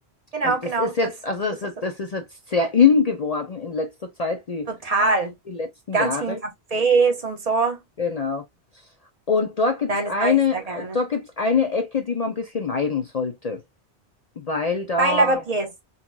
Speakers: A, on the right (about 35°); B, on the left (about 45°).
A: Genau,
B: Und
A: genau,
B: das ist jetzt,
A: das,
B: also das,
A: das
B: ist-
A: ist es.
B: das ist jetzt sehr in geworden in letzter Zeit, die,
A: total.
B: die letzten
A: Ganz
B: Jahre.
A: vielen Cafés und so.
B: Genau. Und dort gibt
A: Nein,
B: es eine,
A: das mag ich sehr gerne.
B: dort gibt's eine Ecke, die man ein bisschen meiden sollte. Weil da,
A: Baila Papiers.